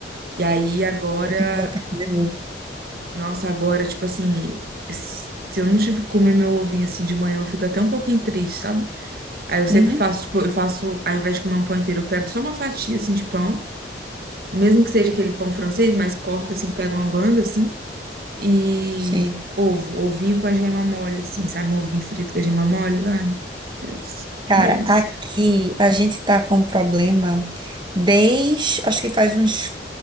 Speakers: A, on the right (about 55°); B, on the right (about 25°).
A: E aí agora,
B: Eu tenho que voltar a comer ovo.
A: nossa, agora, tipo assim, s- se eu não tive que comer meu ovinho assim de manhã, eu fico até um pouquinho triste, sabe? Aí eu sempre
B: Uhum,
A: faço, tipo, eu faço, ao invés de comer um pão inteiro, eu pego só uma fatia assim de pão, mesmo que seja aquele pão francês, mas corta assim, pega uma banda assim, e
B: sim.
A: ovo, ovinho com a gema mole, assim, sabe? Um ovinho frito com a gema mole. Ai, Deus,
B: Cara,
A: que delícia.
B: aqui a gente tá com um problema desde, acho que faz uns